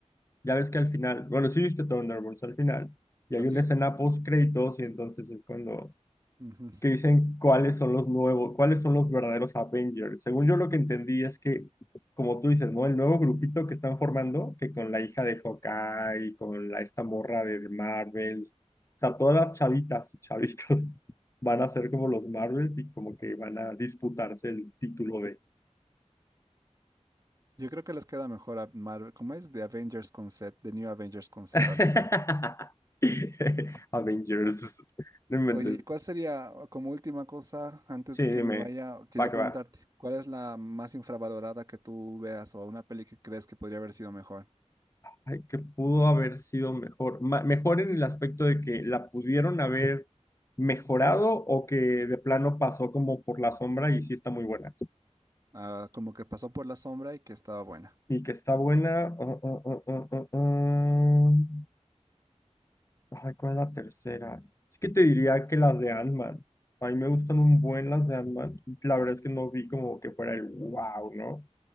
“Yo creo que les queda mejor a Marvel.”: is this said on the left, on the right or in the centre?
Right